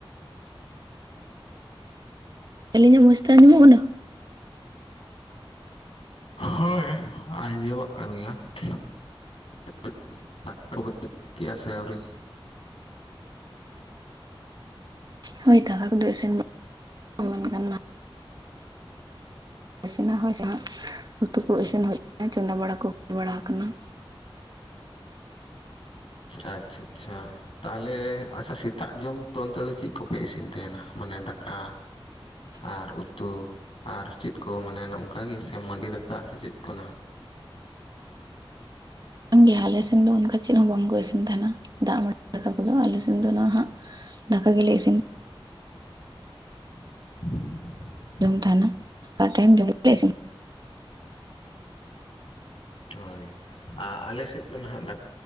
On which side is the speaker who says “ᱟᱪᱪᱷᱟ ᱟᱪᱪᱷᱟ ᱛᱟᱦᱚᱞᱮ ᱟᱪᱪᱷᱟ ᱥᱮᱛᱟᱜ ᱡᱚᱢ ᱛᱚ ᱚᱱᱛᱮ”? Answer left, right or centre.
Left